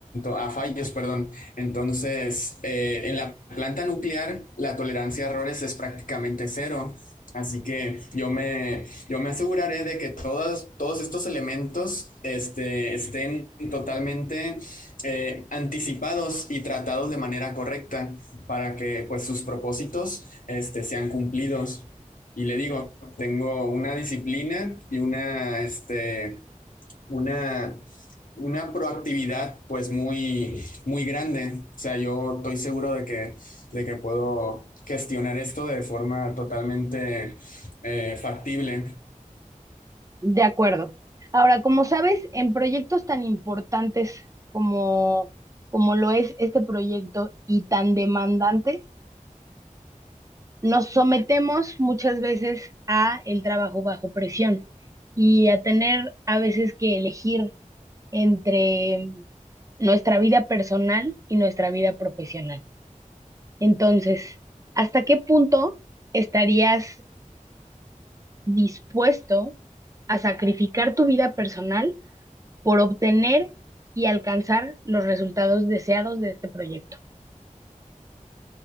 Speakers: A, on the left (about 80°); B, on the right (about 25°).
A: a fallos, perdón. Entonces, eh, en la planta nuclear, la tolerancia a errores es prácticamente cero. Así que yo me, yo me aseguraré de que todos, todos estos elementos este, estén totalmente eh, anticipados y tratados de manera correcta para que pues, sus propósitos este, sean cumplidos. Y le digo, tengo una disciplina y una, este, una, una proactividad pues muy, muy grande. O sea, yo estoy seguro de que, de que puedo gestionar esto de forma totalmente eh, factible.
B: De acuerdo. Ahora, como sabes, en proyectos tan importantes como, como lo es este proyecto y tan demandantes, nos sometemos muchas veces a el trabajo bajo presión y a tener a veces que elegir entre nuestra vida personal y nuestra vida profesional. Entonces, ¿hasta qué punto estarías dispuesto a sacrificar tu vida personal? por obtener y alcanzar los resultados deseados de este proyecto.